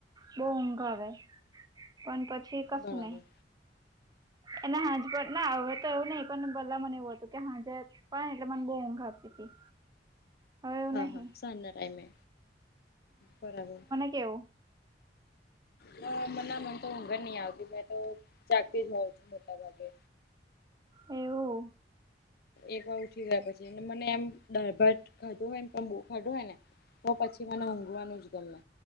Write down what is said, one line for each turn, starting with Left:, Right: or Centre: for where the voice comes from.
Right: બહુ ઊંઘ આવે પણ પછી કશું
Left: બરાબર
Right: નહી. એના હાજ પણ ના હવે તો એવું નઈ પણ પેલા મને એવું હતું કે હાજ પણ એટલે મને બહુ ઊંઘ આવતી હતી. હવે એવું
Left: હા
Right: નહી
Left: હા સાંજના ટાઈમે બરાબર
Right: કેવ
Left: હ મના મન તો ઊંઘે નહી આવતી મેં તો જાગતી જ હોઉં છું મોટા ભાગે
Right: એવું?
Left: એક વાર ઉઠી ગયા પછી મને એમ દાળ ભાત ખાધો હોય ને પણ બહુ ખાધો હોય ને તો પછી મને ઉઘવાનું જ ગમે